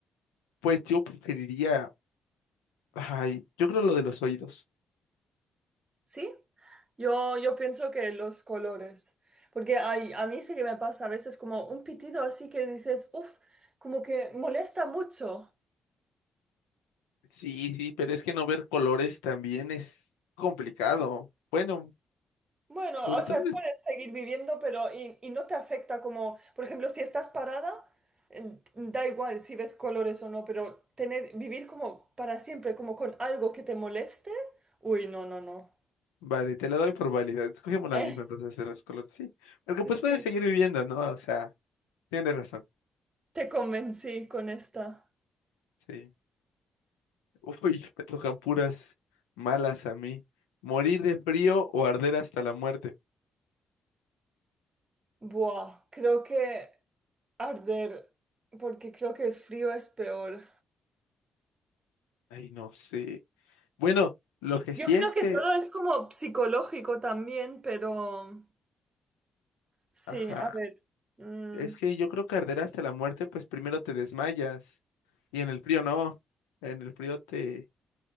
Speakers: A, on the left (about 85°); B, on the right (about 35°).
A: Pues yo preferiría, ay, yo creo lo de los oídos.
B: ¿Sí? Yo, yo pienso que los colores, porque hay- a mí sí que me pasa a veces como un pitido así que dices, uff, como que molesta mucho.
A: Sí, sí, pero es que no ver colores también es complicado. Bueno,
B: Bueno,
A: sobre
B: o
A: todo
B: sea, puedes seguir viviendo, pero y, y no te afecta como, por ejemplo, si estás parada, eh, da igual si ves colores o no, pero tener, vivir como para siempre, como con algo que te moleste, uy, no, no, no.
A: Vale, te la doy por válida. Escogemos la
B: <laughs>
A: misma entonces de los colores, sí. Porque
B: Eh,
A: pues
B: sí,
A: puedes seguir viviendo, ¿no? O sea, tienes razón.
B: te convencí con esta.
A: Sí. <laughs> Uy, me tocan puras malas a mí. Morir de frío o arder hasta la muerte.
B: Buah, creo que arder, porque creo que el frío es peor.
A: Ay, no sé. Bueno, lo que sí
B: Yo creo
A: es
B: que
A: que,
B: todo es como psicológico también, pero sí,
A: ajá,
B: a ver. mm.
A: es que yo creo que arder hasta la muerte, pues primero te desmayas. Y en el frío no. En el frío te,